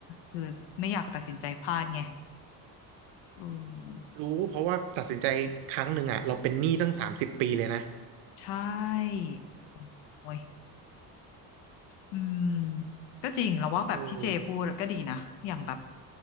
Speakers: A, on the left; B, on the right.
A: คือไม่อยากตัดสินใจพลาดไงเออ
B: รู้เพราะว่าตัดสินใจครั้งหนึ่งอ่ะเราเป็นหนี้ตั้งสามสิบปีเลยนะ
A: ใช่ โอ้ย อืมก็จริงเราว่าแบบที่เจพูดก็ดีนะอย่างแบบ
B: เออ